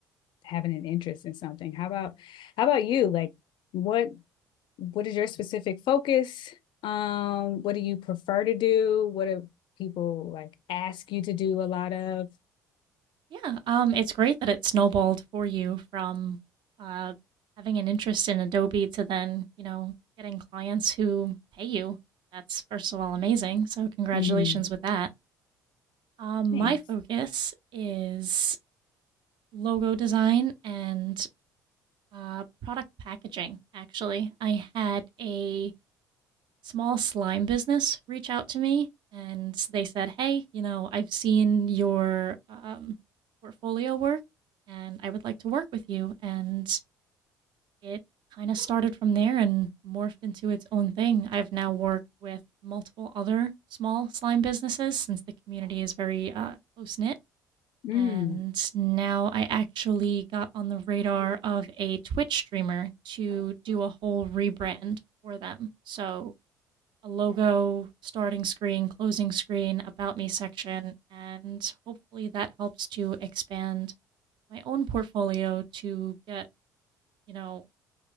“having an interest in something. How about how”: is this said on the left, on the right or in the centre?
Left